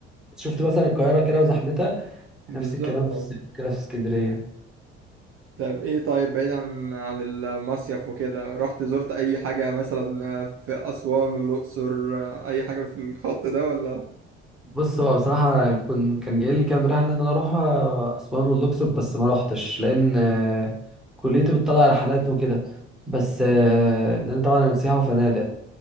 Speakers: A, in the centre; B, on the right (about 40°).
A: شفت مثلا القاهرة كده وزحمتها
B: بالظبط
A: نفس الكلام
B: اه
A: في الصيف كده في اسكندرية
B: طب إيه طيب بعيد عن عن المصيف وكده رحت زرت أي حاجة مثلا في أسوان الأقصر أي حاجة في الخط ده ولا
A: بص هو بصراحة كن كان جاي لي كام رحلة إن أنا أروح آه، أسوان والأقصر بس ما روحتش لأن آه، كليتي بتطلع رحلات وكده بس آه، لأن طبعا أنا سياحة وفنادق